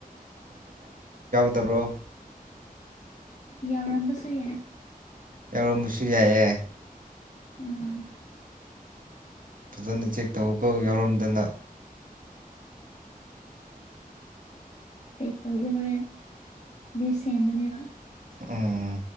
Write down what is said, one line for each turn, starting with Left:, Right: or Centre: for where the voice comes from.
Right: ꯗꯕ꯭ꯔꯣ
Left: ꯌꯥꯎꯔꯝꯕꯁꯨ ꯌꯥꯏ
Right: ꯌꯥꯎꯔꯝꯕꯁꯨ ꯌꯥꯏꯌꯦ
Left: ꯑ
Right: ꯐꯖꯅ ꯆꯦꯛ ꯇꯧꯔꯒ ꯌꯥꯎꯔꯝꯗꯅ
Left: ꯀ ꯇꯧꯒꯦ ꯍꯣꯔꯦꯟ ꯑꯗꯨ ꯁꯦꯝꯕꯅꯦꯕ
Right: ꯎꯝ